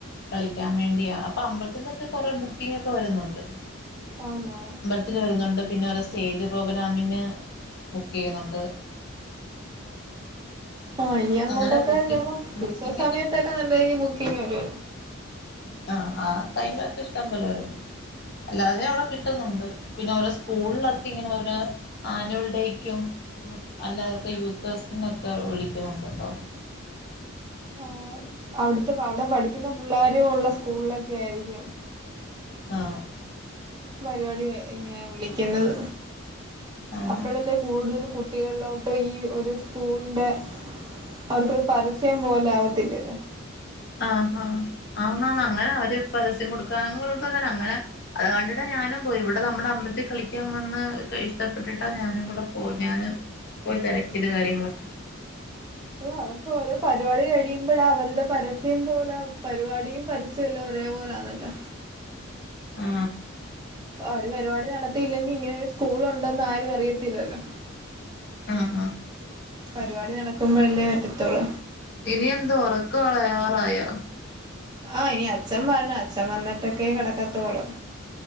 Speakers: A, on the left; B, on the right.
A: കളിക്കാൻ വേണ്ടിയാ അപ്പൊ അമ്പലത്തിന്റെക്കെ കൊറെ ബുക്കിംഗ് ക്കെ വരുന്നുണ്ട്
B: ആന്നോ
A: ത്തില് വരുന്നുണ്ട് പിന്നെ ഓരോ സ്റ്റേജ് പ്രോഗ്രാമിന്ന് ചെയ്യുന്നുണ്ട്
B: ആ ഇനി അങ്ങോട്ടൊക്കെ
A: അങ്ങനെ ബുക്കിംഗ്
B: ചെലപ്പോ
A: ബുക്കിംഗ്
B: ഉത്സവ സമയത്തൊക്കെ നല്ല രീതില് ബുക്കിങ്ങ് വരുല്ലോ
A: ആ ആ ടൈമൊക്കെ ഇഷ്ടപോലെ വരുല്ലോ അല്ലാതെ അവിടെ കിട്ടുന്നുണ്ട് പിന്നെ ഓരോ സ്കൂളൊക്കെ ഇങ്ങനെ ഒരു ആനുവൽഡേയ്ക്കും അല്ലാതൊക്കെ യൂത്ത് ഫെസ്റ്റിനൊക്കെ വിളിക്കുന്നുണ്ടട്ടോ
B: ആ അവിടുത്തെ അവിടെ പഠിക്കുന്ന പുള്ളാര ഉള്ള സ്കൂളൊലൊക്കെ ആയിരിക്കും
A: ആ
B: പരിപാടി ഇങ്ങനാ വിളിക്കുന്നത്
A: ആഹ്
B: അപ്പോഴല്ലേ കൂടുതല് കുട്ടികൾലോട്ട് ഈ ഒരു സ്കൂൾൻ്റെ അവർക്കൊരു പരസ്യം പോലെ ആവത്തില്ലേത്
A: ആആ ആ ന്നാ അങ്ങനെ അവര് പരസ്യം കൊടുക്കാറള്ളതന്നെ അങ്ങനെ അഹ് കണ്ടിട്ടാ ഞാനും പോയി ഇവിട നമ്മടെ അമ്പലത്തിൽ കളിക്കാൻ വന്ന് ഇഷ്ടപ്പെട്ടിട്ടാ ഞാനും കൂടെപോ ഞാനും പോയി തെരക്കിയത് കാര്യങ്ങളൊക്കെ
B: അ അവർക്ക് ഓരോ പരിപാടി കഴിയുമ്പോഴ അവരുടെ പരസ്യം പോലെ പരിപാടിയും പരസ്യ സ്യല്ലോരേ പോലാന്നല്ലാ
A: ആ
B: ഒരു പരിപാടി നടത്തിയില്ലെങ്കിൽ ഇങ്ങനെ ഒരു സ്കൂൾ ഉണ്ടന്ന് ആരും അറിയത്തില്ലല്ലോ
A: ആ ആ
B: പരിപാടി നടക്കുമ്പോ അല്ലേ പറ്റത്തുള്ളൂ
A: ഇനി എന്താ ഉറകം ഉറങ്ങാറായോ
B: ആ ഇനി അച്ഛൻ വരണം അച്ഛൻ വന്നിട്ടൊക്കെ കിടക്കാത്തോള്ളും